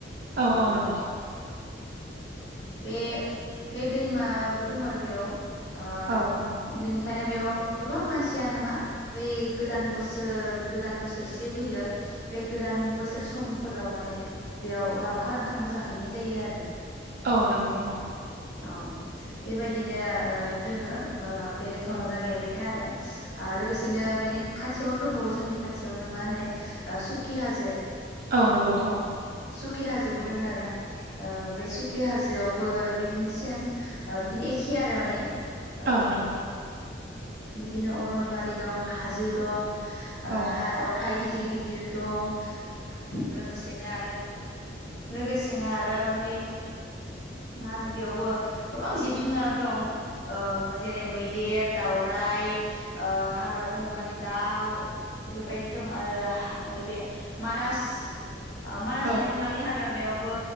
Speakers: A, on the right (about 55°); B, on the left (about 70°).
A: औ
B: ओं।
A: औ नंगौ
B: बे बे दैमाबो दङ आरो बेयाव अ
A: औ औ
B: बिनिखायनो बेयाव गोबां मानसियानो मा बे गोदान बोसोर गोदान बोसोरसे फैयो। बे गोदान बोसोर समफोराव माने बेयाव लावखार ओंखामबो जाहैनाय जायो आरो।
A: औ नंगौ औ
B: औ बेबायदिनो ओ दोङो बेरायथावना जायगाया बेनो आरो लोगोसेनो बेनि खाथियावनो दंबावो जोंनि खाथियावनो मा होनो सुकि हाजो।
A: औ नोंगौ औ
B: सुकि हाजोबो दों आरो ना ओ बे सुखि हाजो यावबो बिदिनो सेम ओ बिदिनो एखे आरो माने ओं
A: औ नंगौ
B: बिदिनो अरनबारि दं हाजो दं। ओ
A: औ
B: हा अन्थाय गि दिर गिदिर दं लोगोसेनो आरो लोगोसेनो आरो बे मा होनो बेयावबो गोबां जिब जुनार दं। ओ जेरै मैदेर, दावराइ, ओ हाग्रा-बंग्रानि दाउ बेफोरबायदि दं आरो हा ओइबे मानास ओ मानास
A: औ
B: हायुंङारि हाग्रामायाव बो